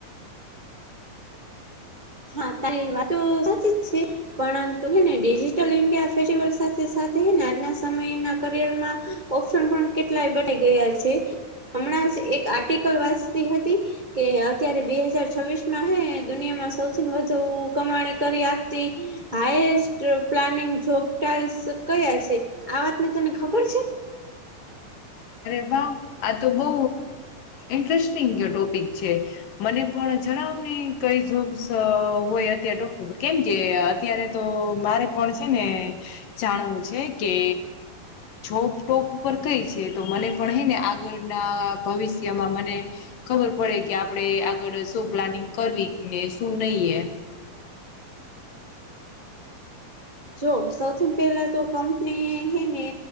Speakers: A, on the right; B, on the left.
A: હા તારી વાત તો સાચી જ છે. પરંતુ હેને ડિજિટલ ઇન્ડિયા ફેિવલ સાથે સાથે આજના સમયના કરિયરમાં. ઓપ્શન પણ કેટલાય બના ગયા છે, હમણાં જ એક આર્ટિકલ વાંચતી હતી. કે અત્યારે બે હજાર છવ્વીસમાં હેને દુનિયામાં સૌથી વધુ કમાણી કરી આપતી. હાઈએસ્ટ પ્લાનિંગ જોબ ટાઇલ્સ કયા છે? આ વાતની તને ખબર છે?
B: અરે વાહ! આ તો બહુ ઇન્ટરેસ્ટિંગ ટોપિક છે. મને પણ જણાવને કઈ જોબ્સ હોય અત્યારે ડો કેમ કે અત્ અત્યારે તો મારે પણ છે ને જાણવું છે કે જોબ ટોપ ઉપર કઈ છે. તો મને પણ હે ને આગળના ભવિષ્યમાં મને ખબર પડે કે આપડે આગળ શું પ્લાનિંગ કરવી કે શું નહી એમ.
A: જો સૌથીન પહેલા તો કંપની હે ને